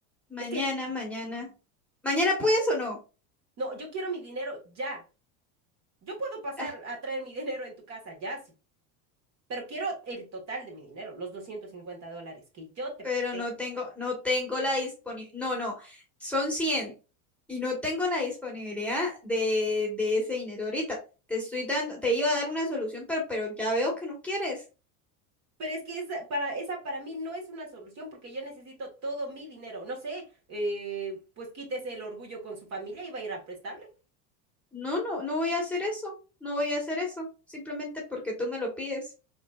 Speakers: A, in the centre; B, on the right.
A: mañana,
B: Es que
A: mañana. ¿Mañana puedes o no?
B: no, yo quiero mi dinero ya. Yo puedo pasar
A: Ah,
B: a traer mi dinero en tu casa, ya sí, pero quiero el total de mi dinero, los 250 dólares que yo te
A: pero
B: presté.
A: no tengo, no tengo la disponibilidad. No, no. Son cien Y no tengo la disponibilidad de, de ese dinero ahorita. Te estoy dando, te iba a dar una solución, pero, pero ya veo que no quieres.
B: Pero es que esa para, esa para mí no es una solución porque yo necesito todo mi dinero. No sé, eh, pues quítese el orgullo con su familia y va a ir a prestarle.
A: No, no, no voy a hacer eso. No voy a hacer eso. Simplemente porque tú me lo pides.